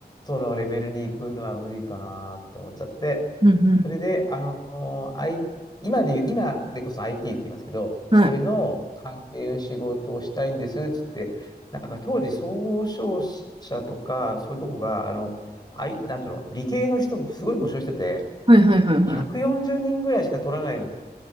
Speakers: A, on the left; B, on the right.
A: のレベルに行くのは無理かなと思っちゃって、
B: うんうん。
A: それで、あの、I、今で言う、今でこそ IT って言いますけど、
B: はい。
A: それの関係の仕事をしたいんですって言って、なんか当時、総商社とか、そういうとこが、あの、I、なんていうの、理系の人、すごい募集してて、
B: はいはいはいは
A: 140人ぐらいしか取らないの